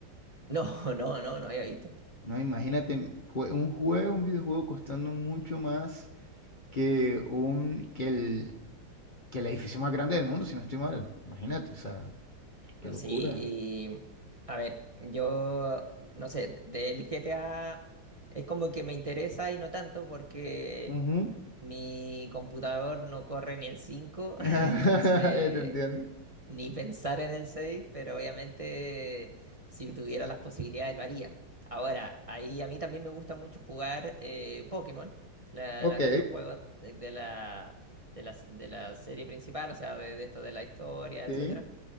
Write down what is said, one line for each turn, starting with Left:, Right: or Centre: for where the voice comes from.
Right: No, <laughs> no, no, no había visto.
Left: No, imagínate cu- un juego, un videojuego costando mucho más que un, que el que el edificio más grande del mundo, si no estoy mal. Imagínate, o sea, qué locura.
Right: Sí, y a ver, yo no sé, del GTA es como que me interesa y no tanto porque
Left: Ujú.
Right: mi computador no corre ni el 5
Left: <laughs>
Right: <laughs> entonces
Left: ¿Te entiendes?
Right: ni pensar en el seis pero obviamente si tuviera las posibilidades lo haría. Ahora, ahí a mí también me gusta mucho jugar eh, Pokémon, la-
Left: Ok,
Right: la- los juegos de, de la, de la, de la serie principal, o sea, de, de esto de la historia, etc.
Left: sí.